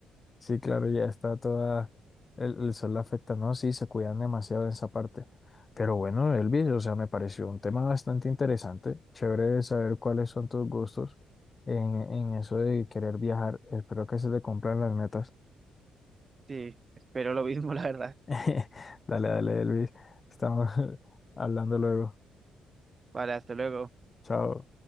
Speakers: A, on the left (about 30°); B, on the right (about 30°).
A: Sí, claro, ya está toda, el, el sol la afecta, ¿no? Sí, se cuidan demasiado en esa parte. Pero bueno, Elvis, o sea, me pareció un tema bastante interesante, chévere saber cuáles son tus gustos en, en eso de querer viajar. Espero que se te cumplan las metas.
B: sí, espero lo mismo, <laughs> la verdad.
A: <laughs> Dale, dale, Elvis, estamos <laughs> hablando luego.
B: Vale, hasta luego.
A: Chao.